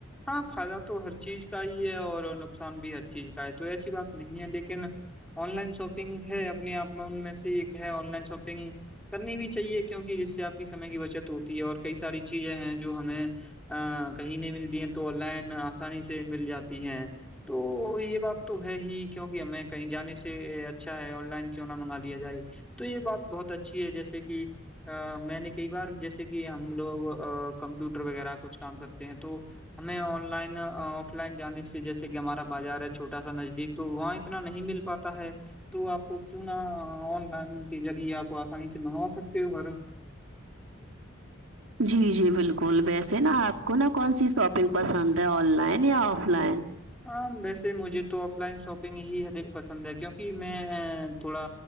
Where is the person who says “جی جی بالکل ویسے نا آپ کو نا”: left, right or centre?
Right